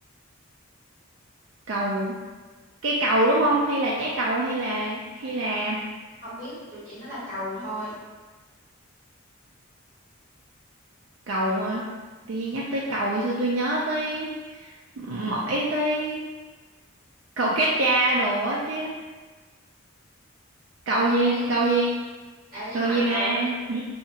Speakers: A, on the right; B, on the right.
A: Cầu cái cầu đúng không? Hay là trái cầu hay là hay là
B: không biết tôi chỉ nói là cầu thôi
A: cầu ờ, tự nhiên nhắc tới cầu thì sao tôi nhớ tới mỗi tới cầu kết cha đồ á chứ. Cầu gì?
B: ê
A: Cầu gì?
B: ê nhưng
A: Cầu
B: mà
A: gì mà?
B: cầu đó
A: Ừ?